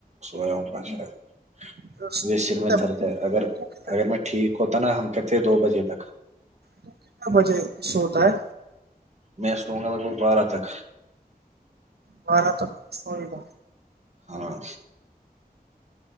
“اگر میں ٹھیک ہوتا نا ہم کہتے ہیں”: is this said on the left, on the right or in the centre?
Right